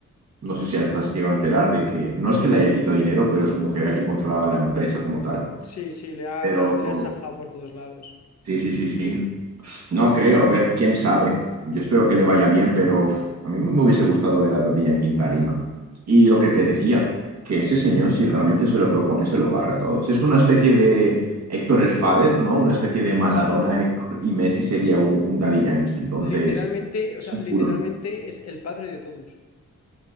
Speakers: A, on the right; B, on the left.
A: no sé si has llegado a enterar de que no es que le haya quitado dinero, pero su mujer aquí controlaba la empresa como tal.
B: Sí, sí, le ha,
A: Pero
B: le ha, le ha sajado por todos lados.
A: sí, sí, sí, sí. No creo, a ver, quién sabe. Yo espero que le vaya bien, pero uf, a mí me hubiese gustado ver a Rodilla en quinta tarima. Y lo que te decía, que ese señor, si realmente se lo propone, se lo barra a todos. Es una especie de Héctor el Father, ¿no? Una especie de Maradona
B: Sí,
A: Héctor y Messi sería un, un Daddy Yankee. Entonces,
B: literalmente, o sea, literalmente
A: puro.
B: es el padre de todos.